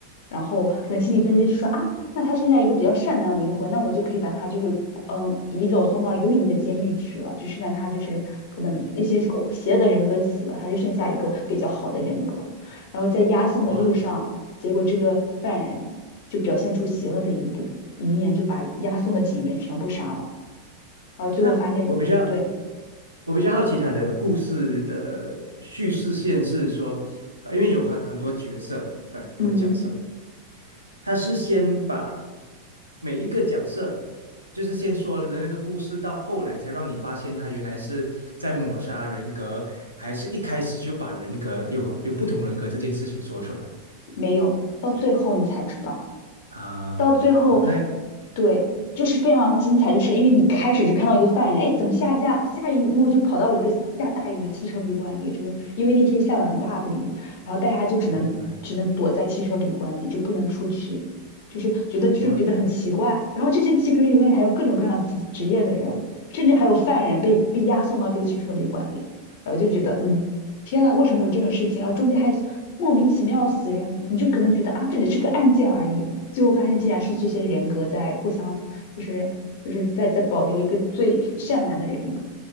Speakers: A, on the left; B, on the right.
A: 然后可能心理分析师说啊，那他剩下一个比较善良的灵魂，那我就可以把他就是嗯移走送到一个另一个监狱去了，就是让他就是可能那些邪恶的人格死了，他就剩下一个比较好的人格。然后在押送的路上，
B: 哇，
A: 结果这个犯人就表现出邪恶的一部一面，就把押送的警员全部杀了，然后最后发现，
B: 那我比较
A: 对，
B: 我比较好奇他的故事的叙事线是说，呃因为有很很多角色嘛，对，很多角色，
A: 嗯，
B: 他是先把每一个角色，就是先说了的那个故事，到后来才让你发现他原来是在抹杀人格，还是一开始就把人格有有不同人格这件事情说出来
A: 没有，到最后你才知道。
B: 啊？
A: 到最后，
B: 哇，那
A: 对，就是非常精彩，就是因为你开始是看到一个犯人，哎，怎么下下下一幕就跑到了一个下大雨的汽车旅馆里，就是因为那天下了很大的雨，然后大家就只能只能躲在汽车旅馆里，
B: 明白
A: 就不能出去，就是觉得就觉得很奇怪。
B: 哇，
A: 然后这些汽车旅馆里还有各种各样职职业的人，甚至还有犯人被被押送到这个汽车旅馆里，然后就觉得嗯。天呐，为什么有这种事情？然后中间还莫名其妙死人，你就可能觉得啊，这只是个案件而已，最后发现竟然是这些人格在互相，就是就是在在保留一个最善良的人格。